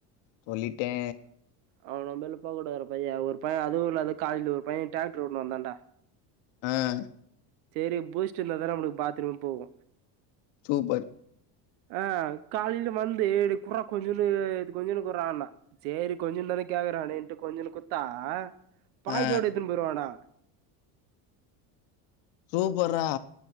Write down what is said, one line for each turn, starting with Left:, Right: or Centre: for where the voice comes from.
Left: சொல்லிட்டே
Right: அவன்ம்பல போகக்கூடதுற பைய ஒரு பைய அதுவு இல்லது காலைல ஒரு பைய டிராக்டர் ஓட்னு வந்தான்டா
Left: அஹ்
Right: சரி பூஸ்ட் இருந்த தான நமளுக்கு பாத்ரூம் போகு
Left: சூப்பர்
Right: ஆஹ் காலைல வந்து குறா கொஞ்சன்னு இது கொஞ்சன்னு குர்ரான்னா சரி கொஞ்சன்னு கேக்குறானேட்டு கொஞ்சொனு குத்தா பாயிட்டோட
Left: ஆ
Right: எத்துன்னு போடுவானா
Left: சூபர்ரா